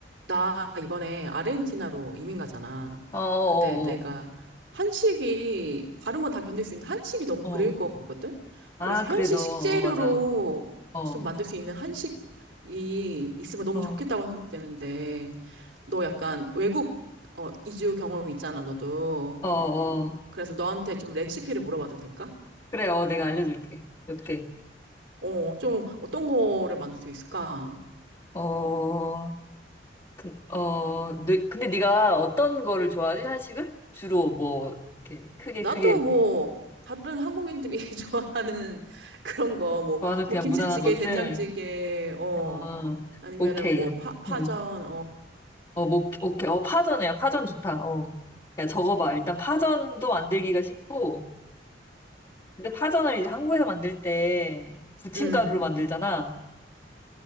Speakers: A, on the right; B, on the left.
A: 나 이번에 아르헨티나로 이민 가잖아.
B: 어, 어,
A: 근데 내가 한식이, 다른 건 다 견딜 수 있는데 한식이 너무
B: 어,
A: 그리울
B: 어.
A: 것 같거든?
B: 아,
A: 그래서 현지
B: 그래도,
A: 식재료로
B: 어, 맞아. 어,
A: 좀 만들 수 있는 한식이 있으면 너무
B: 어,
A: 좋겠다고 생각되는데, 너 약간 외국, 어, 이주 경험이 있잖아, 너도.
B: 어, 어.
A: 그래서 너한테 좀 레시피를 물어봐도 될까?
B: 그래, 어, 내가 알려줄게. 이렇게.
A: 어, 좀 어떤 거를 만들 수 있을까?
B: 어, 그, 어, 네, 근데 네가 어떤 거를 좋아하지? 한식을? 주로 뭐, 이렇게 크게
A: 나도
B: 크게
A: 뭐 다른 한국인들이 <laughs> 좋아하는 그런 거 뭐
B: 좋아하는 그냥
A: 뭐 김치찌개,
B: 무난한 것들?
A: 된장찌개 어
B: 어,
A: 아니면은
B: 오케이.
A: 뭐 파, 파전
B: 응. 어, 뭐, 오케이. 어, 파전이야. 파전 좋다. 어. 야, 적어봐. 일단 파전도 만들기가 쉽고, 근데 파전을 이제 한국에서 만들 때
A: 어어뭐어어어어음음음음음음아
B: 부침가루로 만들잖아.